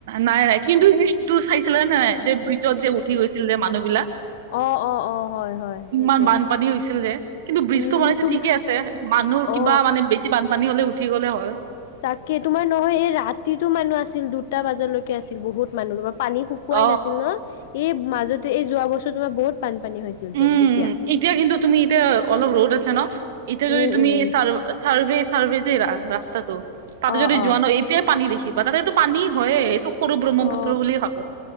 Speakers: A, on the right; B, on the left.
A: নাই নাই কিন্তু স এইটো চাইছিলে নে নাই নাই যে ব্ৰিজত যে উঠি গৈছিল যে মানুহ বিলাক।
B: অ, অ, অ হয় হয় সেইটো
A: ইমান বানপানী হৈছিল যে কিন্তু ব্ৰিজটো
B: উম উম
A: বনাইছে
B: তোম
A: ঠিকে আছে মানুহ
B: অ
A: কিবা মানে বেছি। বে বানপানী হ'লে উঠি গ'লে হয়।
B: তাকে তোমাৰ নহয় এই ৰাতিতো মানুহ আছিল দুটা বজালৈকে আছিল বহুত মানুহ তোমাৰ পানী শ
A: অ
B: কোৱাই নাছিল ন এই মাজতে এই যোৱা বছৰ তোমাৰ বহুত বানপানী হৈছিল।
A: উম,
B: চোন তেতিয়া
A: এতিয়া কিন্তু তুমি এতিয়া অলপ ৰ'দ আছে ন এতিয়া
B: উম
A: যদি তুমি
B: উম
A: চাৰ ছাৰ্ভে ছাৰ্ভে যে ৰাস্তাটো তাতে
B: অ
A: যদি
B: অ
A: যোৱা ন এই তেতি পানী দেখিবা তাতেটো পানী হয় এইটো সৰু ব্ৰহ্মপুত্ৰ
B: অ
A: বুলিুলিয় ভাবে